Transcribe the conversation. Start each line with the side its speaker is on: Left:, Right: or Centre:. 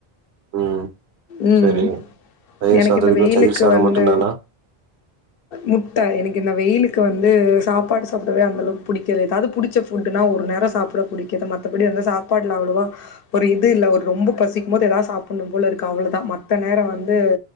Right: ம்
Left: ம்
Right: சரி தயிர்
Left: எனக்கு
Right: சாதத்துக்கு
Left: இந்த வெயிலுக்கு
Right: தயிர் சாதம்
Left: வந்து
Right: மட்டுந்தானா
Left: முட்ட எனக்கு இந்த வெயிலு க்கு வந்து சாப்பாடு சாப்டவே அந்தளவுக்கு புடிக்கல ஏதாவது புடிச்ச ஃபுட் னா ஒரு நேரம் சாப்ட புடிக்கிது மத்தபடி வந்த சாப்பாடுல அவ்ளோவா ஒரு இது இல்ல ஒரு ரொம்ப பசிக்கும் போது ஏதாவது சாப்பனு வ்ளோதுக்கா அவ்ளோதா மத்த நேர வந்து